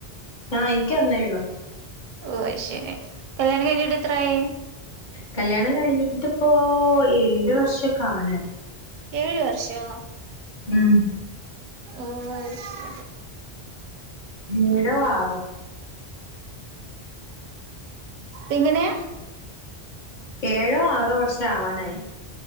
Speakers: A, on the left (about 50°); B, on the right (about 55°).
A: ആ എനിക്ക് ഒന്നേ ഉള്ളൂ
B: ഓ അഹ്ശരി കല്യാണം കഴിഞ്ഞിട്ട് എത്രായി
A: കല്ല്യാണം കഴിഞ്ഞിട്ടിപ്പോ ഏഴ് വർഷൊക്കെ ആവാനായി
B: ഏഴ് വർഷോ
A: ഉം
B: ഉ അഹ്ശരി
A: ഏഴോ ആറോ
B: എങ്ങനെ
A: ഏഴോ ആറോ വർഷം ആവാനായി